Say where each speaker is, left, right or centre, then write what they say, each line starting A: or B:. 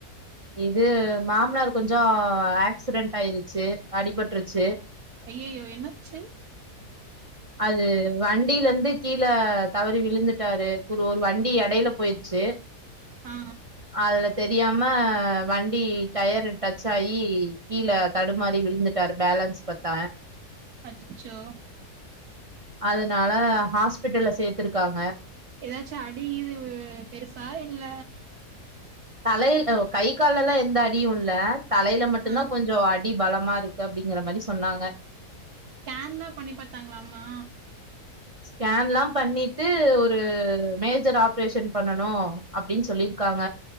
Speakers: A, on the right; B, on the right.
A: இது மாமனார் கொஞ்ச ஆக்சிடென்ட் ஆயிருச்சு அடிபட்ருச்சு
B: அய்யய்யோ என்னாச்சு
A: அது வண்டிலர்ந்துக் கீழ தவறி விழுந்துட்டாரு ஒரு ஒரு வண்டி எடைல போயிருச்சு
B: ஆ
A: அதுல தெரியாம வண்டி டயரு டச் ஆயீ கீழே தடுமாறி விழுந்துட்டாரு பேலன்ஸ் பத்தல
B: அச்சச்சோ
A: அதனால ஹாஸ் பிட்டல்ல சேத்திருக்காங்க
B: எதாச்சு அடிகீது பெருசா இல்ல
A: தலையில் ஒ கை கால்லல்லா எந்த அடியு இல்ல தலையில மட்டு
B: ஆ
A: தான் கொஞ்ச அடி அடி பலமா இருக்கு அப்டிங்கற மாரி சொன்னாங்க
B: ஸ்கேன் தா பண்ணி பாத்தாங்ளாமா
A: ஸ்கேன்லா பண்ணிட்டு ஒரு மேஜர் ஆப் ஆப்ரேஷன் பண்ணனு அப்டின்னு சொல்லிருக்காங்க